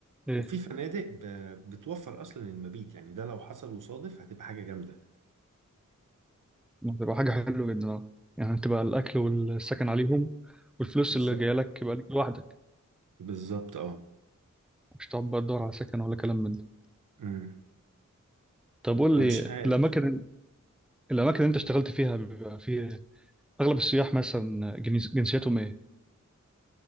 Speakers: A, in the centre; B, on the right.
A: ايه
B: وفي فنادق ب- بتوفر أصلا المبيت يعني ده لو حصل وصادف هتبقى حاجة جامدة
A: ما تبقى حاجه حلوه جدا اه يعني تبقى الاكل والسكن عليهم والفلوس
B: بالظبط
A: اللي جايه لك يبقى ليك لوحدك
B: بالظبط اه
A: مش تقعد بقى تدور على سكن ولا كلام من ده
B: امم
A: طب قول
B: فمش
A: لي
B: عارف
A: الاماكن
B: يعني
A: الاماكن اللي انت اشتغلت فيها بيبقى فيه اغلب السياح مثلا جنس- جنسيتهم ايه